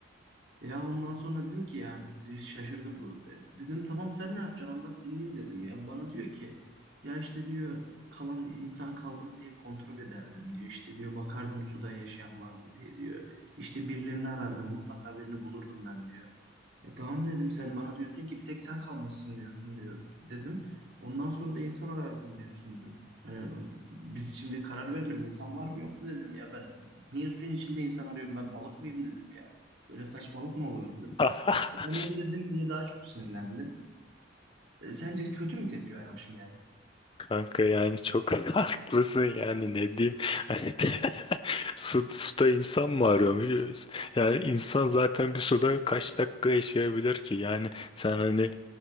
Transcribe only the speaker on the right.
Ya ondan sonra dedim ki ya şaşırdı bu. E, Dedim tamam sen ne yapacaksın anlat dinleyeyim dedim ya. Bana diyor ki ya işte diyor kalan insan kaldı mı diye kontrol ederdim diyor. İşte diyor bakardım suda yaşayan var mı diye diyor. İşte birilerini arardım mutlaka birini bulurdum ben diyor. E tamam dedim sen bana diyorsun ki bir tek sen kalmışsın diyorsun diyor dedim. Ondan sonra da insan arardım diyorsun dedim. Yani biz şimdi karar verelim insan var mı yok mu dedim ya ben niye suyun içinde insan arıyorum ben balık mıyım dedim ya. Böyle saçmalık mı olur dedim.
E, Ben bunu dedim diye daha çok sinirlendi. E, sence kötü mü tepki vermişim yani?